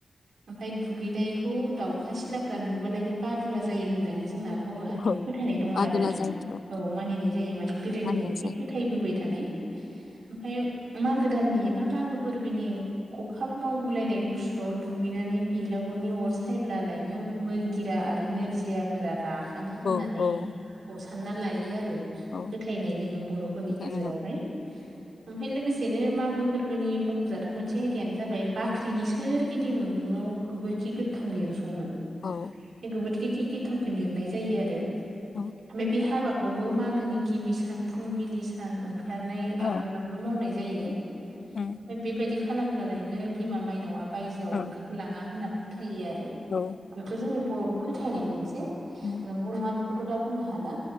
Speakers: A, on the right (about 85°); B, on the left (about 65°).
A: ओमफ्राय दुगैनायखौ दाउखा सिलाफ्रा नुबालायनो बादुला जायो होननानै जोंना बर' हारियाव
B: औ
A: फोथायनाय दङ
B: आदुला
A: आरो।
B: जायोथ'
A: औ मानिनाय जायो माने गोदोनिफ्रायनो
B: मानिनाय जायो
A: बे फोथायबोबाय थानाय ओमफ्राय मागो दाननि बा मागो फोरबोनि खखाब मावगलायनाय गुसुआव दुगैनाय बेलागुरनि अर साइब्लायनो आ जिरा आरो नोरजियाफोरा राखाङो होननानै
B: औ औ
A: सानना लायो आरो
B: औ
A: फोथायनाय दोङो बर'फोरनि
B: फोथायनाय
A: गेजेरावहाय।
B: दं
A: ओमफ्राय लोगोसेनो मागो फोरबोनि मुख'जाथाव मोनसे आयदियानो जाबाय बाख्रिनि सोरगिदिं उन्दुंआव गोबोरखि गोथां लेबसनो।
B: औ।
A: <unintelligible> गोथांखौ लिरनाय जायो आरो
B: औ
A: ओमफ्राय बे हाबाखौबो मागो गिबि सान फुंबिलि सान ओंखारनाय
B: औ
A: आगोलावनो मावनाय जायो ।
B: उम
A: ओमफ्राय बेबायदि खालामब्लालायनो बिमा मायनावआ बायजोआव
B: औ
A: ओंखारलाङा होनना होयो आरो
B: औ
A: बेफोर जोंनि बर'नि फोथायनाय मोनसे
B: उम
A: नंगौ नङा खौथ दा बुंनो हाला